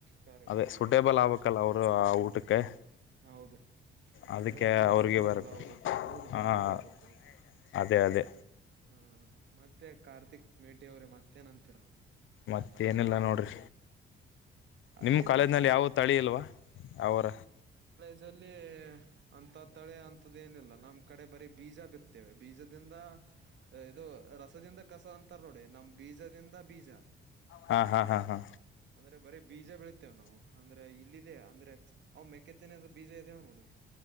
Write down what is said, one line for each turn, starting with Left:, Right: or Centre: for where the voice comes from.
Right: ಕರೆ
Left: ಅದೇ ಸೂಟೇಬಲ್ ಆಗ್ಬೇಕಲ್ಲ ಅವರು ಆ ಊಟಕ್ಕೆ
Right: ಅಂದ್ರೆ ಹೌದು.
Left: ಅದಕ್ಕೆ
Right: ಅಂದ್ರೆ ಹೊಂದಿಕ್ಕಕೊಳ್ಬೇಕಲ್ಲ
Left: ಅವ್ರಿಗೆ ಬರಬೇಕು
Right: ಅವರು ಹೌದು
Left: ಹಾಂ
Right: ಹೊಂದಿಕೊಳ್ಬೇಕು ಅವರು
Left: ಅದೇ
Right: -
Left: ಅದೇ
Right: ಹಾ ಮತ್ತೆ ಕಾರ್ತಿಕ್ ಮೇಟಿ ಅವ್ರೆ ಮತ್ತೇಏನ್ಂತೀರ?
Left: ಮತ್ತ ಏನಿಲ್ಲ ನೋಡ್ರಿ ನಿಮ್ಮ
Right: ಅಲ್ಲಿ
Left: ಕಾಲೇಜ
Right: ನಾವ್ ಸೇರ್
Left: ಯಾವು ತಳಿ ಇಲ್ವಾ ಅವರ
Right: ನಮ್ಮದಲ್ಲಿ ಅಂತ ತಳೆ ಅಂತದ್ದ ಏನಿಲ್ಲ ನಮ್ಮ್ ಕಡೆ ಬರೀ ಬೀಜ ಬಿತ್ತೇವೆ ಬೀಜದ ದಿಂಧ ಇದು ರಸದಿಂದ ಕಸ ಅಂತಾರ ನೋಡಿ ನಮ್ ಬೀಜದಿಂದ ಬೀಜ
Left: ಹಾ ಹಾ ಹಾ
Right: ಅಂದ್ರೆ ಬರೀ ಬೀಜ ಬೆಳಿತೇವೆ ನಾವು. ಅಂದ್ರೆ ಇಲ್ಲಿದೆೇ ಅಂದ್ರೆ ಅವ್ ಮೆಕ್ಕೆತ್ತಿನದ ಬೀಜ ಇದಾವೆ ನೋಡಿ -